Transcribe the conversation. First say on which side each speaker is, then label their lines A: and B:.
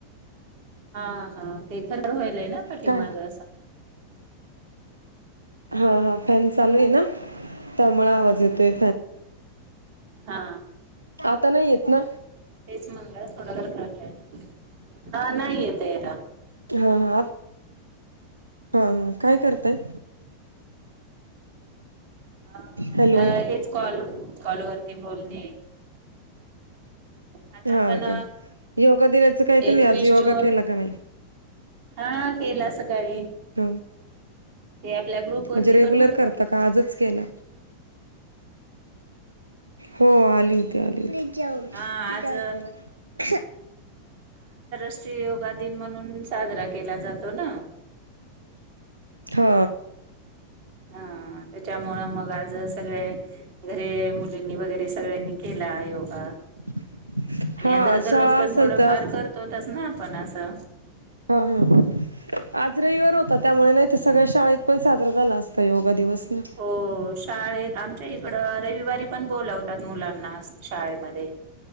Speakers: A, on the right; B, on the right.
A: हा हा ते खर वयल आहे ना पाठीमाग
B: काय हा हा फॅन चालू आहे ना त्यामुळे आवाज येतोय
A: हा
B: आता नाही येत ना
A: तेच म्हणलं थोडं कर करलंय हा नाही येत आहे
B: हा हा हा हा काय करताय
A: हा आता
B: हॅलो
A: हेच कॉल कॉलवरती बोलणे आज
B: हा
A: आपण
B: का योगा दिनाचं काय
A: एकवीस
B: तुम्ही आज योगा
A: जून
B: केला का नाही
A: हा केला सकाळी
B: ह
A: ते आपल्या ग्रुप वरती
B: म्हणजे रेग्युलर
A: पण होत
B: करता का आजच केला हो आली होती आली होती जाऊ
A: हा आज
B: जाऊदे ना
A: राष्ट्रीय योगा दिन म्हणून साजरा केला जातो ना
B: हा
A: हा त्याच्यामुळं मग आज सगळे घरे मुलींनी वगैरे सगळ्यांनी केले ला योगा
B: <unintelligible> हा
A: आणि आता
B: शाळा
A: दररोज पण
B: असेल
A: थोडं
B: तर
A: फार
B: आज
A: करतोच ना आपण असं
B: हा हा आज रविवार
A: हम्म
B: होता त्यामुळे नाही सगळ्या शाळेत पण साजरा झाला असता योगा दिवस ना.
A: हो शाळेत आमच्या इथं इकडे रविवारी पण बोलावतात मुलांना शाळेमध्ये